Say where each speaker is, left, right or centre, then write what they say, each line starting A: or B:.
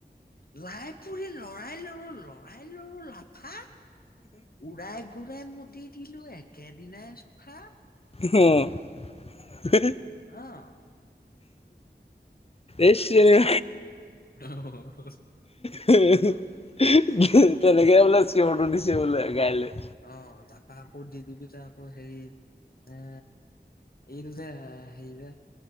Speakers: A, on the left; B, on the left.
A: লাই পুলি লৰাই ৰুলো লৰাই ৰুলো লাফা উৰাই ঘূৰাই মুতি দিলো একেদিনাই চফা
B: অ
A: অহ
B: এই চিঞৰে
A: অহ অহ
B: তেনেকে বোলে চিঞৰটো দিছে বোলে গাই লৈ
A: অ তাপা আকৌ দি দিবি তাৰ আকৌ হেৰি এ এইটো যে হেৰি যে